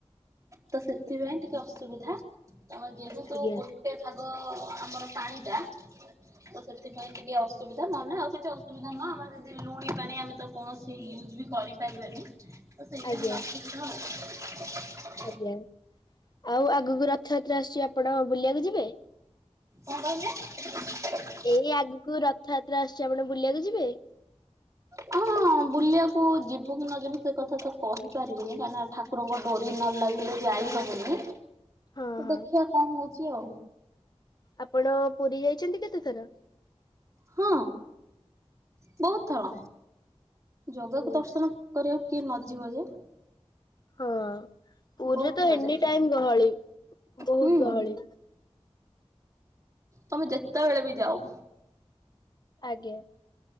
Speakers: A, on the right; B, on the left.
A: ତ ସେଥିପାଇଁ ଟିକେ ଅସୁବିଧା ଆମର ଯେହେତୁ
B: ଆଜ୍ଞା
A: ବୁ ଗୋଟେ ଭାଗ ଆମର ପାଣି ଟା ତ ସେଥିପାଇଁ ଟିକେ ଅସୁ ସୁୁବିଧା ନହେଲେ ଆଉ କିଛି ଅସୁବିଧା ନୁହଁ ଆମର ଯେମିତି ଲୁଣି ପାଣି ଆମେ ତ କୌଣସି ୟୁଜ ବି କରିପାରିବାନି ତ ସେଇଟା
B: ଆଜ୍ଞା
A: ହେଲା ଅସୁବିଧା।
B: ଆଜ୍ଞା ଆଉ ଆଗୁକୁ ରଥଯାତ୍ରା ଆସୁଛି ଆପଣ ବୁଲିବାକୁ ଯିବେ।
A: କଣ କହିଲେ?
B: ଏଇ ଆଗକୁ ରଥଯାତ୍ରା ଆସୁଚି ଆପଣ ବୁଲିବାକୁ ଯିବେ।
A: ହଁ ହଁ ବୁଲିବାକୁ ଯିବୁ କି ନ ଯିବୁ ସେ କଥା ତ କହିପାରିବୁନି। କାହିଁକିନା ଠା <inaudible> ଡୋରି
B: ହଁ
A: ନ ଲାଗିଲେ ଯାଇ ହବନି
B: ହଁ ହଁ।
A: ଦେଖିଆ କଣ ହଉଛି ଆଉ।
B: ଆପଣ ପୁରୀ ଯାଇଛନ୍ତି କେତେଥର?
A: ହଁ ବହୁତ ଥର ଜଗାକୁ
B: ହଁ
A: ଦର୍ଶନ କରିବାକୁ କିଏ ନଯିବ ଯେ।
B: ହଁ ପୁରୀରେ
A: ବହୁତ
B: ତ
A: ଥର
B: ଏନି
A: ଯାଇଛୁ
B: ଟାଇମ ଗହଳି ବହୁତ
A: ହୁଁ
B: ଗହଳି।
A: ତମେ ଯେତେବେଳେ ବି ଯାଓ।
B: ଆଜ୍ଞା।